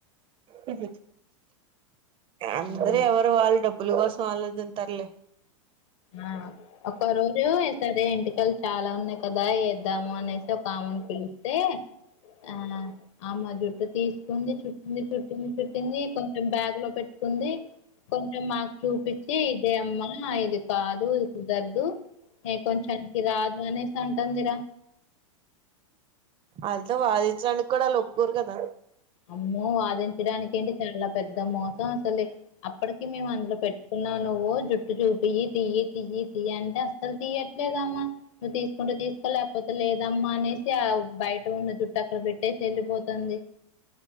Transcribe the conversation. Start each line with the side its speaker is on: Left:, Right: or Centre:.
Right: హు్ అందరు
Left: ఉమ్,
Right: ఎవరు వాళ్ళు డబ్బుల కోసం వాళ్ళ ఆలోచిస్తారు లే
Left: ఆ ఒక్క రోజు సరే ఇంటికలు చాలా ఉన్నాయి కదా వద్దాము అనేసి ఒక ఆమన్ పిల్ అయితే ఆ ఆమె జుట్టటు తీసుకుంది చుట్టింది చుట్టింది చుట్టింది కొంచెం బ్యాగ్ లో పెట్టు కుంది కొంచెం మాకు చూపించి ఇదే అమ్మా ఇది కాదు కుదరదు ఏ కొంచానికి రాదు అనేసి ఉంటుందిరా
Right: అంత వాళ్ళు వాదించడానికి కూడా వాళ్ళ ఒప్పుకోరు కదా
Left: అమ్మో వాదించడానికి ఏంటి చాలా పెద్ద మోసం అసలే అప్పటికి మేము అందులో పెట్టుకు న్నా నువ్వు జుట్టు చూపి తీయ తియి తీయ అంటే అస్సలు తీయట్లేదామ్మా నువ్వు తీసుకుంటే తీసుకోలేకపోతే లేదమ్మా అనేసి ఆ బయట ఉన్న చుట్టటు అక్కడ పెట్టేసి వెళ్లిపోతుంది